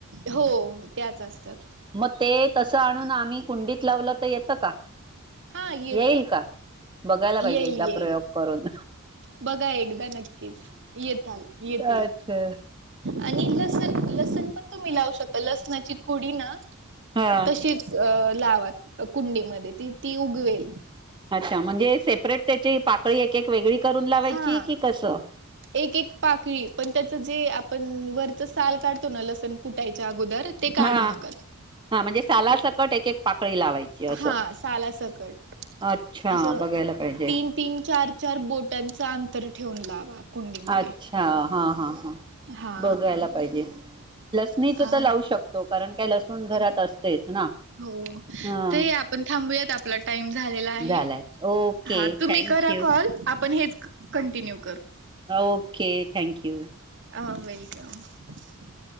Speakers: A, on the right; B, on the right.
A: हो हो त्याच असतात
B: मग ते तस आणून आमही कुंडी लावलं तर येतं का?
A: हां येत.
B: येईल का? बघायला
A: येईल
B: पाहिजे एकदा
A: येईल
B: प्रयोग करून.
A: बघा एकदा नक्कीच, येताल येतील.
B: अच्छा.
A: आणि लसण, लसण पण तुम्ही लावू शकता. लसणाची कुडी ना
B: हा
A: तशीच अ लावा कुंडीमध्ये ती ती उगवेल.
B: अच्छा म्हणजे सेपरेट त्याची पाकळी एक एक वेगळी करून लावायची
A: हा
B: की कसं?
A: एक एक पाकळी पण त्याच जे आपण वरच साल काढतो ना, लसण कुटायच्या अगोदर ते काढू
B: हां,
A: नका
B: हा म्हणजे साला सकट एक एक पाकळी लावायची असं.
A: हा सालासकट
B: अच्छा
A: असं
B: बघायला पाहिजे.
A: तीन तीन, चार चार बोटांचं अंतर ठेवून लावा कुंडीमध्ये.
B: अच्छा. हां हां हां.
A: हा
B: बघायला पाहिजे. लसणीच
A: अ
B: तर लावू शकतो, कारण काय लसूण घरात
A: हो
B: असतेच ना.
A: हो,
B: हा
A: ते आपण थांबूयात. आपला टाइम झालेला आहे.
B: झालाय ओके
A: हा तुम्ही
B: थँक
A: करा कॉल, आपण हेच कन न्टिनिव
B: आ okay. Thank you.
A: Uh welcome.